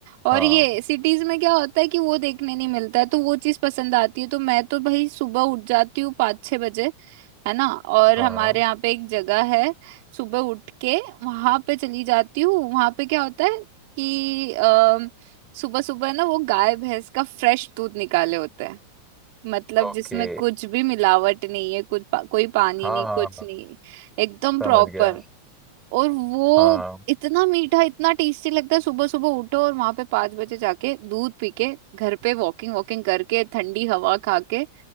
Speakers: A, on the right; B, in the centre.
A: और
B: हाँ
A: ये सिटीज में क्या होता है कि वो देखने नहीं मिलता है तो वो चीज पसंद आती है तो मैं तो भाई सुबह उठ जाती हूँ पाँच छह बजे है ना और
B: हाँ
A: हमारे
B: हाँ
A: यहाँ पे एक जगह है सुबह उठ के वहां पे चली जाती हूँ वहां पे क्या होता है कि सुबह सुबह ना वो गाय भैंस का फ्रेश दूध निकाले होते हैं मतलब
B: ओके
A: जिसमें कुछ भी मिलावट नहीं है कुछ पा, कोई पानी
B: हाँ
A: नहीं
B: हाँ
A: कुछ
B: हाँ,
A: नहीं है एकदम
B: समझ
A: प्रॉपर
B: गया
A: और वो
B: हाँ
A: इतना मीठा इतना टेस्टी लगता है सुबह सुबह उठो और वहां पे पांच बजे जाके दूध पी के घर पे वॉकिंग वॉकिंग करके ठंडी हवा खा के